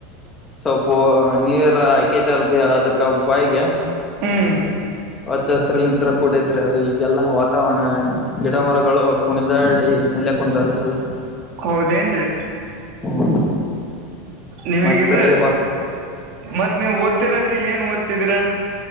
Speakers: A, on the left; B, on the right.
A: ಸ್ವಲ್ಪ ನೀರ್ ಆಕೇತಲ್ರಿ ಅದಕ್ಕ ಅಬಾಗೆ
B: ಹ್ಮ್
A: ಹಚ್ಚ ಹಸರಿನಲ್ಲಿ ನಿಂತ್ರ ಕೂಡ ಐತ್ರಿ ಅದೇ ಈಗೆಲ್ಲ ವಾತಾವರಣ ಗಿಡ ಮರಗಳು. ಕುಣದಾಡಿ ನೆಲೆ ಕುಂತವ್ರೀ ಎಲ್ಲಾ.
B: ಹೌದೇನ್ ರೀ
A: ಹ್ಮ
B: ನಿಮಗಿದು.
A: ಮತ್ತ ರೀ ಹೊಸ
B: ಮತ್ ನೀವು ಓದ್ತಿರೋದ್ ರೀ ಏನ್ ಓದುತ್ತೀದೀರಾ.